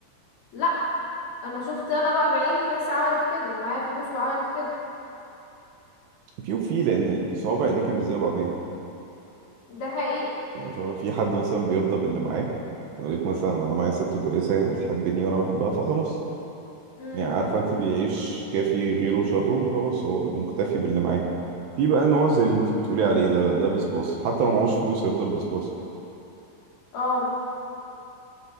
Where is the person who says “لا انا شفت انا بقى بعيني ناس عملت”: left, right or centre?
Left